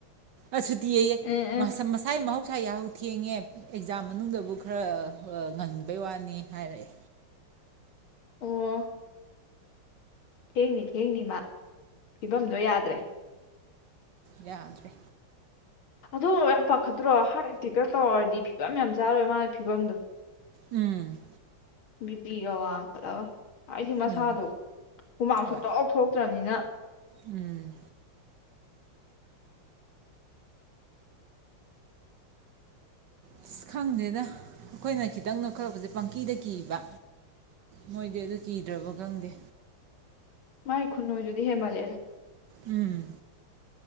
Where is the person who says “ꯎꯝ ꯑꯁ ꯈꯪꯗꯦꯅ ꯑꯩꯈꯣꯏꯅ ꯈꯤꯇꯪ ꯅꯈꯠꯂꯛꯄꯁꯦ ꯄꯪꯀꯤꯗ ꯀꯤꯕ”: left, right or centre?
Right